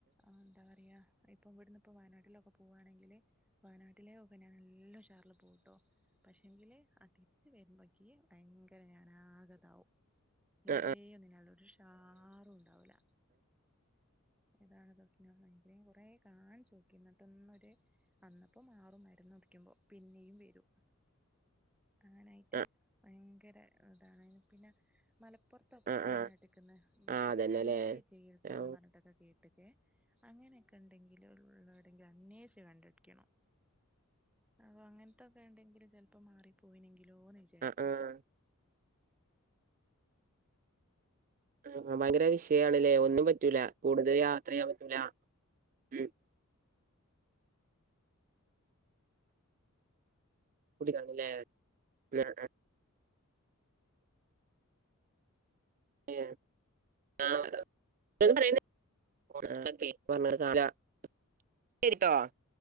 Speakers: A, in the centre; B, on the right.
A: അ എന്താ പറയ ഇപ്പം ഇവിടുന്ന്പ്പോ വയനാട്ടിലൊക്കെ പോവണെങ്കില് വയനാട്ടില് പിന്നേ നല്ല ഉഷാറില് പോവുട്ടോ പക്ഷേങ്കില് അതിരിച്ച് വരുമ്പോഴക്ക് ഭയങ്കര ഞാനാകിതാവും തീരെ
B: ആ ആ ആ
A: ഇതിണ്ടാവൂല ഒരു ഷാറും ഇണ്ടാവൂല അതാണ് പ്രശ്നം മൈഗ്രൈൻ കൊറേ കാണിചോക്കി എന്നിട്ടൊന്നൊര് അന്നപ്പം മാറും മരുന്ന് കുടിക്കുമ്പോ പിന്നേയും വരൂ. അങ്ങനൊയിട്ട്
B: ആ
A: ഭയങ്കര ഇതാണ് പിന്നെ മലപ്പുറത്തൊക്കെ
B: ആ
A: പറയുന്ന
B: ആ
A: കേട്ടിക്കണ്
B: ആ,
A: ഒറ്റമൂലി
B: അതന്നെ അല്ലേ
A: ചികിത്സന്ന്
B: ആ
A: പറഞ്ഞിട്ടൊക്കെ കേട്ടിക്കെ അങ്ങനെയൊക്കെ ഉണ്ടെങ്കില് ഉള്ളടെങ്കിലും അന്വേഷിച്ച് കണ്ടുടിക്കണം അപ്പൊ അങ്ങൻത്തൊക്കെ ഇണ്ടെങ്കിൽ ചെലപ്പോ മാറിപ്പോയിനെങ്കിലോന്ന് വിചാരിക്കു
B: ആ ആ ആഹ് ഭയങ്കര വിഷയണ്ല്ലേ ഒന്നും പറ്റൂല കൂടുതൽ യാത്രയ്യാൻ പറ്റൂല ഉം കൂടി കാണുലേ അ ആഹ് എ ആഹ് <unintelligible> <unintelligible>